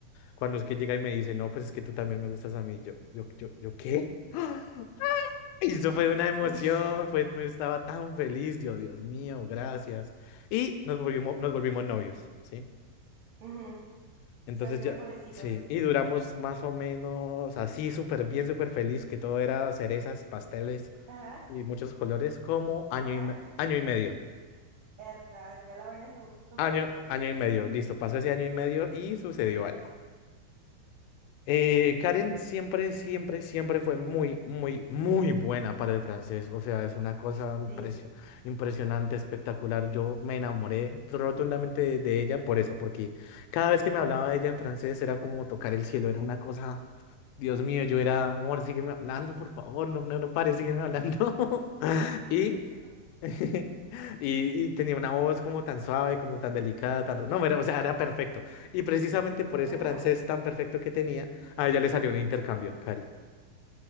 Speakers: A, on the left; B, on the right.
A: Cuando es que llega y me dice, no, pues es que tú también me gustas a mí, yo, yo, yo, yo, ¿qué? <gasps> ¡Ah! Y eso fue una emoción,
B: Uy.
A: fue, me estaba tan feliz, yo, Dios mío, gracias. Y nos volvimos, nos volvimos novios, ¿sí?
B: Ujú,
A: Entonces
B: Se volvieron
A: ya,
B: novecitos.
A: sí, y duramos más o menos así, súper bien, súper feliz, que todo era cerezas, pasteles
B: Ajá,
A: y muchos colores, como año
B: ajá.
A: y, me- año y medio.
B: Herda, después la vaina se puso
A: Año,
B: fea.
A: año y medio, listo, pasó ese año y medio y sucedió algo. Eh, Karen siempre, siempre, siempre fue muy, muy, muy buena para el francés. O sea, es una cosa impresio-
B: Sí.
A: impresionante, espectacular. Yo me enamoré rotundamente de de ella por eso, porque cada vez que me hablaba de ella en francés era como tocar el cielo, era una cosa. Dios mío, yo era, amor, sígueme hablando, por favor, no, no, no pares, sígueme hablando. <laughs>
B: <laughs>
A: Y, <laughs> y, y tenía una voz como tan suave, como tan delicada, tan... No, era, o sea, era perfecto. Y precisamente por ese
B: Ajá.
A: francés tan perfecto que tenía, a ella le salió un intercambio, Cari.